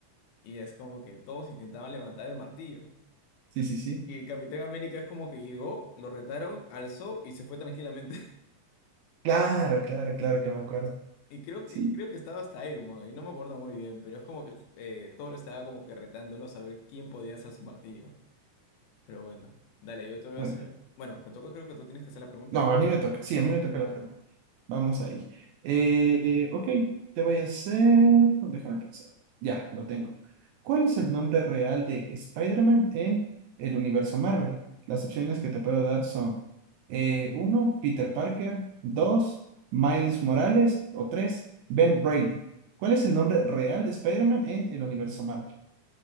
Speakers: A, on the left; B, on the right.
A: Y es como que todos intentaban levantar el martillo.
B: Sí, sí, sí.
A: Y Capitán América es como que llegó, lo retaron, alzó y se fue tranquilamente.
B: Claro, claro,
A: <laughs>
B: claro que me acuerdo.
A: Y creo
B: Sí,
A: que, creo que estaba hasta Iron Man, y no me acuerdo muy bien, pero es como que eh, Thor estaba como que retándolo a saber quién podía hacer su martillo. Pero bueno, dale, yo te voy
B: muy
A: a hacer.
B: bien.
A: Bueno, me toca, creo que tú tienes que hacer la pregunta.
B: No, a mí me toca. Sí, a mí me toca la
A: Dale.
B: pregunta. Vamos ahí. Eh, ok, te voy a hacer... Déjame pensar. Ya, lo tengo. ¿Cuál es el nombre real de Spider-Man en el universo Marvel? Las opciones que te puedo dar son eh, uno Peter Parker, 2 Miles Morales o 3 Ben Reilly. ¿Cuál es el nombre real de Spider-Man en el universo Marvel?